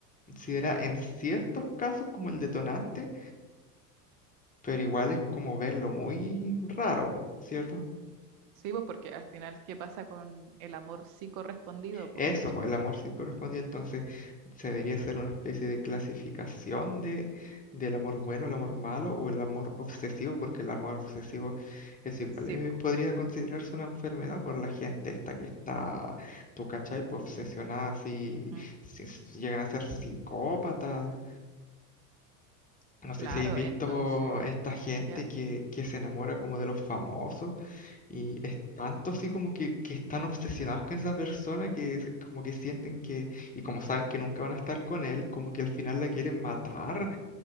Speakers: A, on the left; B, on the right.
A: considerado en ciertos casos como el detonante, pero igual es como verlo muy raro, po, ¿cierto?
B: Sí, pues porque al final, ¿qué pasa con el amor sí correspondido? Pues,
A: Eso,
B: ¿cachai?
A: pues el amor sí corresponde entonces se debería hacer una especie de clasificación de, del amor bueno, el amor malo o el amor obsesivo, porque el amor obsesivo es igual,
B: Sí,
A: eh,
B: pues.
A: podría considerarse una enfermedad por la gente esta que está, tú cachai, pues obsesionada, así,
B: ujú.
A: si, si llegan a ser psicópatas. No
B: Claro,
A: sé si habéis visto
B: entonces,
A: esta gente
B: ya.
A: que, que se enamora como de los famosos y es tanto así como que, que están obsesionados con esa persona que es como que sienten que, y como saben que nunca van a estar con él, como que al final la quieren matar.